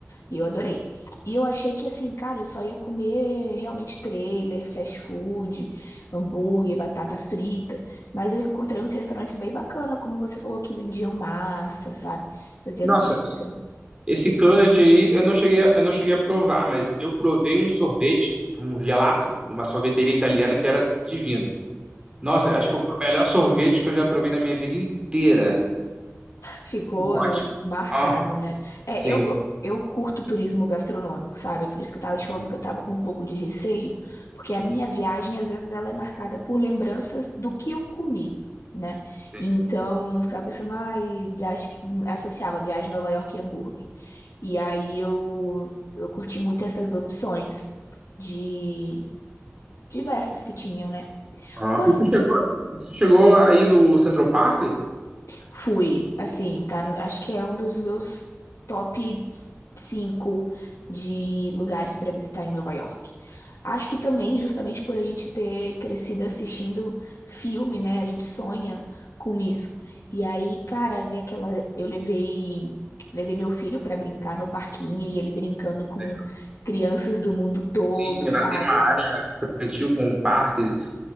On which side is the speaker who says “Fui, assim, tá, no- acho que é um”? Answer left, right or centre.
Left